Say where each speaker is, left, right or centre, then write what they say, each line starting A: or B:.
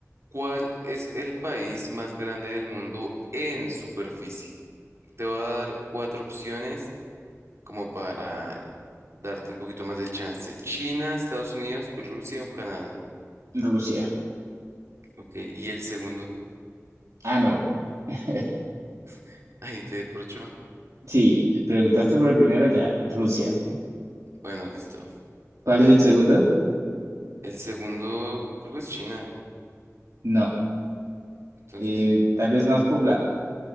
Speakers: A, on the right (about 55°); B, on the right (about 75°).
A: ¿cuál es el país más grande del mundo en superficie? Te voy a dar cuatro opciones como para darte un poquito más de chance. China, Estados Unidos, Rusia o Canadá.
B: Rusia.
A: Ok, y el segundo,
B: Ah, no. <laughs>
A: <laughs> ahí te corcho.
B: Sí, preguntaste por el primero, ya, Rusia.
A: Bueno, listo.
B: ¿Cuál
A: A ver,
B: es el segundo?
A: el segundo creo que es China.
B: No.
A: Entonces,
B: Eh, tal vez más poblado.